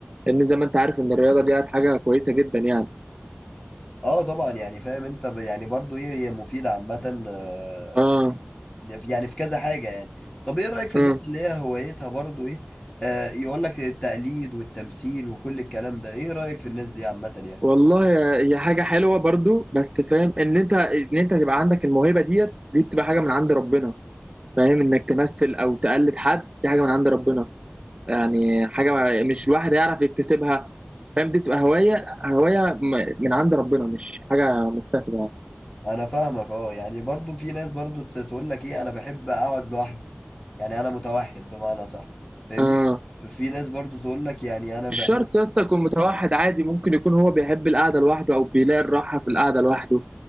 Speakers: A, on the right (about 25°); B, on the left (about 25°).
A: لان زي ما انت عارف ان الرياضه دي حاجه كويسه جدا يعني
B: اه طبعا يعني فاهم انت ب... يعني برضو ايه هي مفيدة عامة آه،
A: اه
B: يعني في كذا حاجة يعني طب ايه رأيك في
A: اه
B: الناس اللي هي هوايتها برضو ايه آه يقول لك التقليد والتمثيل وكل الكلام ده ايه رأيك في الناس دي عامة يعني
A: والله يا- هي حاجه حلوه برضه بس فاهم ان انت ان انت تبقى عندك الموهبه ديت دي بتبقى حاجه من عند ربنا فاهم انك تمثل او تقلد حد دي حاجه من عند ربنا يعني حاجه مش الواحد يعرف يكتسبها فاهم دي بتبقى هوايه هوايه م- من عند ربنا مش حاجه مكتسبه يعني
B: انا فاهمك اه يعني برضو في ناس برضو ت- تقول لك ايه انا بحب اقعد لوحدي يعني انا متوحد بمعنى صح فاهمني
A: اه
B: في ناس برضو تقول لك يعني انا
A: مش
B: بحب
A: شرط يا اسطى يكون متوحد عادي ممكن يكون هو بيحب القعده لوحده او بيلاقي الراحه في القعده لوحده